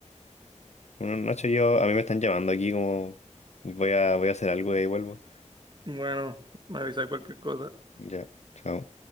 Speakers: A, on the left; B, on the right.
A: Una noche yo, a mí me están llamando aquí como voy a, voy a hacer algo y ahí vuelvo.
B: Bueno, me avisa cualquier cosa.
A: Ya, chao.